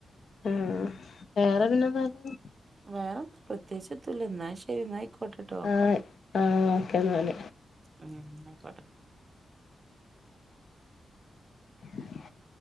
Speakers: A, on the left; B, on the right.
A: ആഹ് വേറെ പിന്നെന്തർഞ്ഞെ
B: വേറെന്താ പ്രത്യേകിച്ച്തുല്ല എന്നാ ശെരി എന്നായിക്കോട്ടെട്ടോ.
A: ആഹ് ആഹ് ഓക്കെ എന്നാല്
B: ഉം ന്നാ ആയിക്കോട്ടെ.
A: <inaudible>